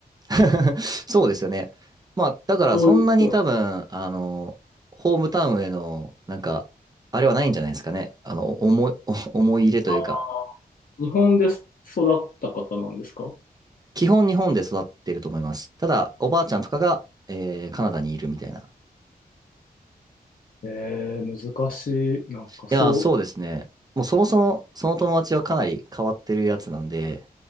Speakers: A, on the right; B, on the left.
A: <laughs> そうですよね。まあ、だからそんなに多分、
B: どういうことなの
A: あの、ホームタウンへの、なんか、あれはないんじゃないですかね。あの、思い、<laughs> 思い入れというか。
B: あー日本で育った方なんですか
A: 基本日本で育ってると思います。ただ、おばあちゃんとかが、えーカナダにいるみたいな。
B: えー、難しい。なんか、
A: いやー、
B: そ
A: そうですね。もうそもそもその友達はかなり変わってるやつなんで、